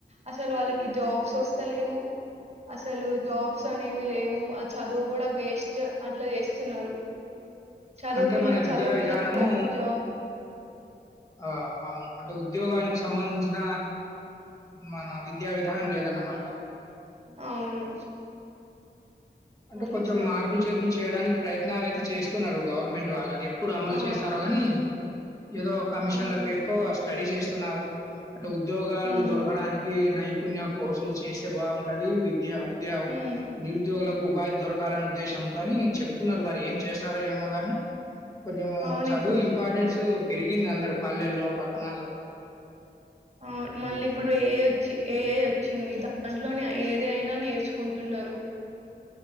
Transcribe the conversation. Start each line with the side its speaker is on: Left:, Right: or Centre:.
Right: అసలు వాళ్ళకి జాబ్స్ వస్తలేవు అసలు జాబ్స్ అనేవి లేవు ఆ చదువు కూడా వేస్ట్ అట్లా చేస్తున్నారు చదువుకున్న
Left: అంటే మన విద్యా
Right: చదువుకి
Left: విధానము
Right: తగ్గట్టు జాబ్
Left: ఆ అవును అంటే ఉద్యోగానికి సంబంధించిన మన విద్యా విధానం లేదు న్న మాట
Right: అవును
Left: అంటే
Right: అవును
Left: కొంచెం
Right: సార్
Left: మార్పులు చెర్పులు చేయడానికి ప్రయత్నాలు అయితే చేస్తున్నారు గవర్నమెంట్ వాళ్ళది ఎప్పుడు అమలు
Right: ఆ
Left: చేశారో గాని ఏదో కమిషన్ల
Right: అవును
Left: పేరుతో స్టడీ చేస్తున్నారు అంటే ఉద్యోగాలు
Right: ఉమ్
Left: దొరకడానికి నైపుణ్య కోర్సులు చేస్తే బాగుంటది విద్య
Right: హ్మ్.
Left: ద నిరుద్యోగ కు వా దొరకలనే ఉద్దేశంతో అని చెప్తున్నారు మరి ఏం చేస్తారో ఏమో గాని కొంచెం
Right: అవును
Left: చదువు
Right: ఇప్పుడు.
Left: ఇంపార్టెన్స్ పెరిగింది అందరు పల్లెల్లో పట్టణాల్లో
Right: అవును. మళ్ళీ ఇప్పుడు ఏ వచ్చి ఏ అయి వచ్చింది దాంట్లోనే ఏదయినా నేర్చుకుంటున్నారు